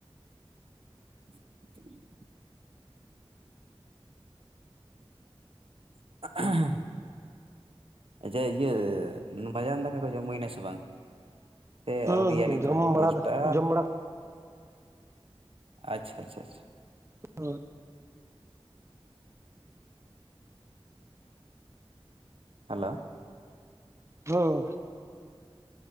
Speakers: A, on the right; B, on the right.
A: <inaudible> <inaudible> ᱟᱪᱪᱷᱟ ᱤᱭᱟᱹ ᱢᱟᱡᱟᱱ ᱫᱟᱠᱟ ᱠᱚ ᱡᱚᱢ ᱦᱩᱭᱱᱟ ᱥᱮ ᱵᱟᱝ? ᱥᱮ
B: ᱦᱩᱸ
A: ᱟᱣᱨᱤᱭᱟ
B: ᱦᱩᱸ
A: ᱱᱤᱛ
B: ᱡᱚᱢ
A: ᱦᱚ
B: ᱵᱟᱲᱟ
A: ᱫᱚᱥᱴᱟ
B: ᱫᱚ ᱡᱚᱢ ᱵᱟᱲᱟ
A: ᱟᱪᱷᱟ ᱟᱪᱷᱟ ᱟᱪᱷᱟ ᱾
B: ᱦᱳ <unintelligible>
A: ᱦᱮᱞᱳ ᱾
B: ᱦᱸ ᱾